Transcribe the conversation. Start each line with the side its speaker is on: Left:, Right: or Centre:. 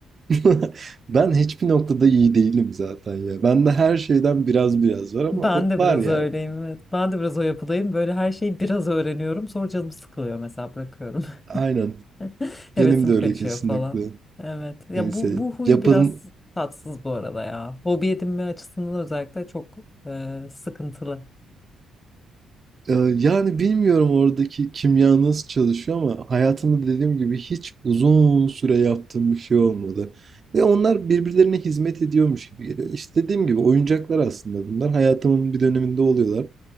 Right: <laughs> ben hiçbir noktada iyi değilim zaten ya. Bende her şeyden biraz biraz var ama
Left: Ben
Right: o-
Left: de
Right: var
Left: biraz
Right: yani.
Left: öyleyim evet. Ben de biraz o yapıdayım. Böyle her şeyi biraz öğreniyorum. Sonra canım sıkılıyor mesela bırakıyorum.
Right: Aynen.
Left: <laughs> Hevesim
Right: Benim de öyle
Left: kaçıyor
Right: kesinlikle.
Left: falan. Evet. Ya
Right: Neyse.
Left: bu bu huyu
Right: Yapın
Left: biraz tatsız bu arada ya. Hobi edinme açısından özellikle çok e, sıkıntılı.
Right: Ee, Yani bilmiyorum oradaki kimya nasıl çalışıyor ama hayatımda dediğim gibi hiç uzun süre yaptığım bir şey olmadı. Ve onlar birbirlerine hizmet ediyormuş gibi geliyor. İşte dediğim gibi oyuncaklar aslında bunlar. Hayatımın bir döneminde oluyorlar,